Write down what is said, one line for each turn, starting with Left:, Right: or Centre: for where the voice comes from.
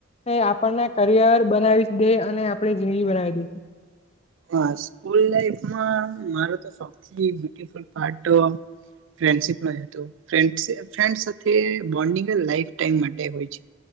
Left: એ આપણને કરિયર બનાવી દે અને આપ ને જિંદગી બનાવી દઈ દે.
Right: હા સ્કૂલ લાઇફ મા મારો તો સવાથી બ્યુટીફુલ પાર્ટ અ ફ્રેન્ડશિપ નય હતો ફ્રેન્ડ સાથે બોન્ડિંગજ લાઇફ ટાઈમ માટે હોય છે,